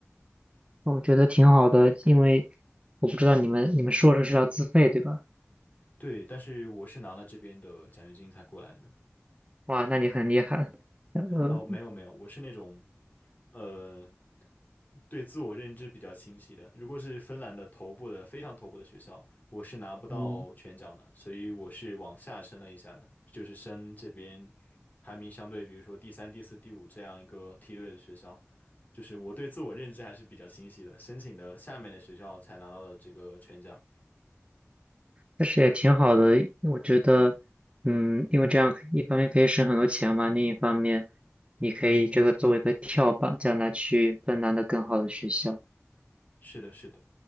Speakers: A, on the right; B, on the left.
A: 我觉得挺好的，因为我不知道你们你们硕士是要自费对吧？
B: 对，但是我是拿了这边的奖学金才过来的。
A: 哇，那你很厉害。呃，
B: 哦，没有没有，我是那种，呃，对自我认知比较清晰的。如果是芬兰的头部的非常头部的学校，我是拿不到全奖的，
A: 嗯。
B: 所以我是往下升了一下的，就是升这边排名相对，比如说第三、第四、第五这样一个梯队的学校。就是我对自我认知还是比较清晰的，申请的下面的学校才拿到了这个全奖。
A: 但是也挺好的，因为我觉得，嗯，因为这样可一方面可以省很多钱嘛，另一方面你可以这个作为一个跳板，将来去芬兰的更好的学校。
B: 是的，是的。